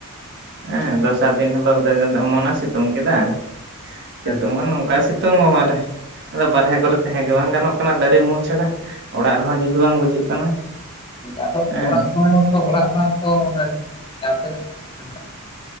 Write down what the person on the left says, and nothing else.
ᱦᱮᱸ
ᱟᱫᱚ
ᱚᱲᱟᱜ ᱠᱚᱨᱮ ᱚᱲᱟᱜ ᱵᱟᱝ ᱛᱚ ᱡᱟᱦᱟᱸ ᱛᱤᱱᱟᱹᱜ <unintelligible>